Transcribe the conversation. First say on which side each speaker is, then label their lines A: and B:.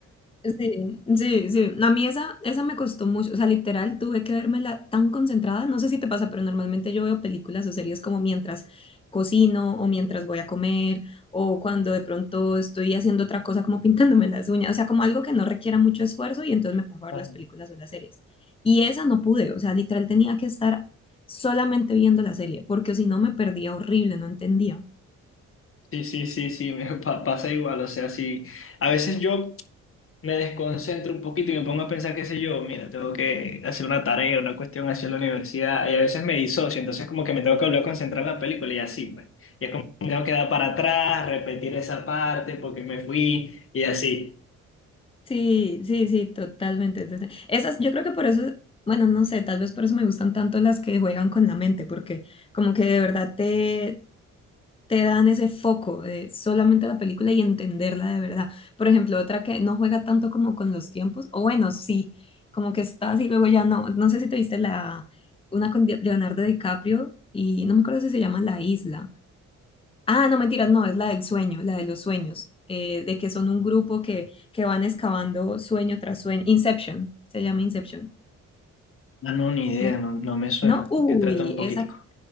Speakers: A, on the left; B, on the left.
A: Sí, sí, sí. A mí esa, esa me costó mucho. O sea, literal, tuve que vérmela tan concentrada. No sé si te pasa, pero normalmente yo veo películas o series como mientras cocino o mientras voy a comer o cuando de pronto estoy haciendo otra cosa como <laughs> pintándome las uñas. O sea, como algo que no requiera mucho esfuerzo y entonces me pongo a ver
B: Ah,
A: las películas o las series. Y esa no pude. O sea, literal tenía que estar solamente viendo la serie porque si no me perdía horrible, no entendía.
B: Sí, sí, sí, sí, me pa- pasa igual, o sea, sí, a veces yo me desconcentro un poquito y me pongo a pensar, qué sé yo, mira, tengo que hacer una tarea, una cuestión hacia la universidad, y a veces me disocio, entonces como que me tengo que volver a concentrar en la película y así, pues. Y es como que tengo que dar para atrás, repetir esa parte porque me fui y así.
A: Sí, sí, sí, totalmente. Entonces, esas, yo creo que por eso, bueno, no sé, tal vez por eso me gustan tanto las que juegan con la mente, porque como que de verdad te, te dan ese foco de solamente la película y entenderla de verdad. Por ejemplo, otra que no juega tanto como con los tiempos, o bueno, sí, como que estás y luego ya no. No sé si te viste la, una con Di- Leonardo DiCaprio y no me acuerdo si se llama La Isla, Ah, no, mentiras, no, es la del sueño, la de los sueños, eh, de que son un grupo que, que van excavando sueño tras sueño. Inception, se llama Inception.
B: Ah, no, ni idea,
A: No,
B: no, no me suena.
A: no, uy,
B: ¿Qué trata un poquitico?
A: esa,